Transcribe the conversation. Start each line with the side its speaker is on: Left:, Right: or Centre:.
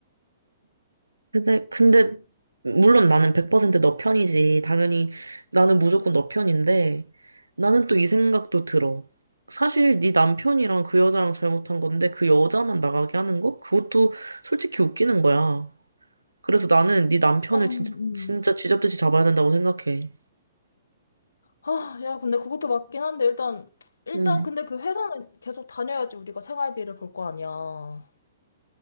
Right: 근데, 근데, 물론 나는 100%너 편이지. 당연히, 나는 무조건 너 편인데, 나는 또 이 생각도 들어. 사실 네 남편이랑 그 여자랑 잘못한 건데, 그 여자만 나가게 하는 거? 그것도 솔직히 웃기는 거야. 그래서 나는 네 남편을
Left: 어,
Right: 진짜,
Left: 음.
Right: 진짜 쥐잡듯이 잡아야 된다고 생각해.
Left: 아, 야, 근데 그것도 맞긴 한데, 일단, 일단,
Right: 음.
Left: 근데 그 회사는 계속 다녀야지 우리가 생활비를 벌 거 아니야.